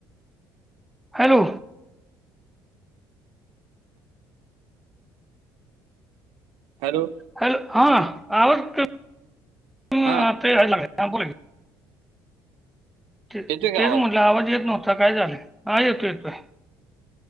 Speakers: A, in the centre; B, on the right.
A: हॅलो
B: हॅलो
A: हॅलो हा आवाज क <inaudible> अं
B: हा
A: आता यायला लागलाय बोलाकी ते
B: येतोय का
A: तेच म्हटलं आवाज येत नव्हता काय झालय हा येतो येतोय